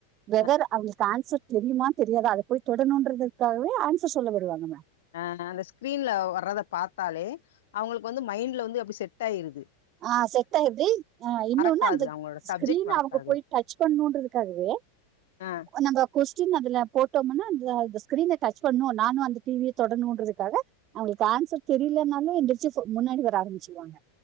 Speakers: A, on the right (about 35°); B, on the left (about 60°).
A: வெவர்
B: ஆ
A: அவங்களுக்கு ஆன்சர் தெரியுமா தெரியாதா அத போய் தொடணுன்றதுக்காவே ஆன்சர் சொல்ல வருவாங்க
B: ஆ அந்த ஸ்க்ரீன்ல வர்றத பாத்தாலே அவங்களுக்கு வந்து மைண்ட்ல வந்து அப்டி செட் ஆய்ருது
A: ஆ செட் ஆய்ருதி ஆ இன்னொன்னு
B: மறக்காது
A: அந்த
B: அவங்களோட சப்ஜெக்ட்
A: ஸ்கிரீன்
B: மறக்காது
A: அவுங்க போய் டச் பண்ணணுன்றதுக்காகவே
B: ஆ
A: நம்ப கொஸ்டின் அதுல போட்டோமுன்னா அந்த அந்த ஸ்கிரீன டச் பண்ணு நானு அந்த டி விய தொடணுன்றதுக்காக அவுங்களுக்கு ஆன்சர் தெரிலேனாலு எந்துருச்சு முன்னாடி வர ஆரம்பிச்சுருவாங்க